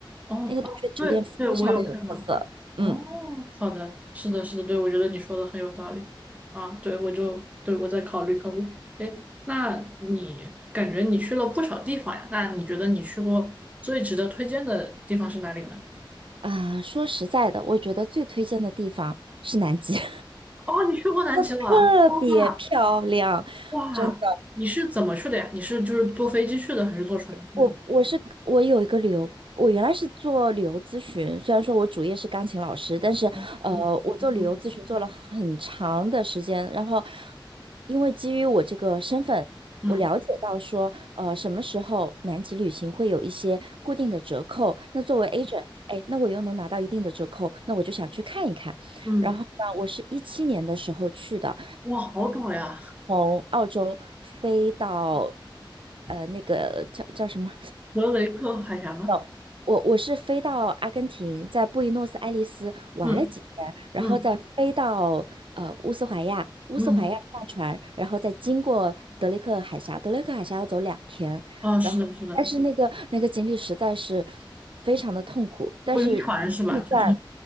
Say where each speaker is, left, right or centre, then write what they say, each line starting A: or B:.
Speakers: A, on the right; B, on the right.
A: 哦，
B: 那个洞穴酒店非常的有特色。
A: 好，对对，我有看到。哦，
B: 嗯
A: 好的，是的，是的，对，我觉得你说的很有道理啊。对，我就对我再考虑考虑。哎，那你感觉你去了不少地方呀？那你觉得你去过最值得推荐的地方是哪里呢？
B: 啊，说实在的，我觉得最推荐的地方是南极，<laughs>
A: 哦，你去过南极了，
B: 特别漂亮，
A: 哇哇，
B: 真。
A: 你是怎么去的呀？你是就是坐飞机去的，还是坐船去的呢？
B: 我我是我有一个旅游，我原来是做旅游咨询，虽然说我主业是钢琴老师，但是呃，
A: 哦嗯
B: 我做旅游咨询做了很长的时间，然后因为基于我这个身份，
A: 嗯
B: 我了解到说，呃，什么时候南极旅行会有一些固定的折扣，那作为 agent，哎，那我又能拿到一定的折扣，那我就想去看一看。
A: 嗯，
B: 然后呢，我是一七年的时候去的，
A: 哇，好陡呀！
B: 从澳洲飞到。呃，那个叫叫什么？
A: 德雷克海峡吗？
B: 有，我我是飞到阿根廷，在布宜诺斯艾利斯玩了几天，
A: 嗯
B: 然后再飞到呃乌斯怀亚，
A: 嗯
B: 乌斯怀亚上船，
A: 嗯。
B: 然后再经过德雷克海峡，德雷克海峡要走两天，
A: 哦，是的，是的，
B: 但是那个那个经历实在是非常的痛苦，但是。
A: 不晕船是吧？
B: 遇在
A: 就是